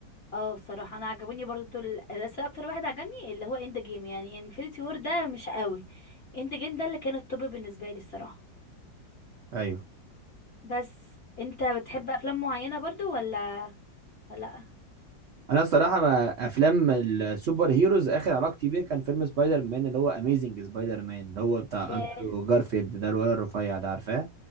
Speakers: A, on the left; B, on the right.
A: اه الصراحة انا عجبوني برضو دول بس اكتر واحد عجبني اللي هو اند جيم يعني انفينيتي وور ده مش قوي اند جيم ده اللي كان التوب بالنسبة لي الصراحة
B: ايوه
A: بس انت بتحب افلام معينة برضو ولا ولا لا
B: انا الصراحه ما افلام السوبر هيروز اخر علاقتي بيه كان فيلم سبايدر مان اللي هو اميزنج سبايدر مان اللي هو بتاع
A: ياه
B: اندرو جارفيلد ده الولد الرفيع ده عارفاه